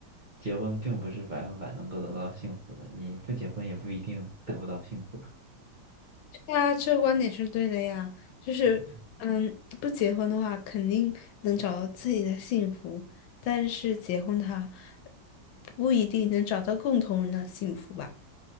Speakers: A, on the right (about 40°); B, on the left (about 85°).
A: 结婚并不是百分百能够得到幸福的，你不结婚也不一定得不到幸福。
B: 对啊，这个观点是对的呀。就是，
A: 嗯
B: 嗯，不结婚的话，肯定能找到自己的幸福，但是结婚的话，不一定能找到共同人的幸福吧。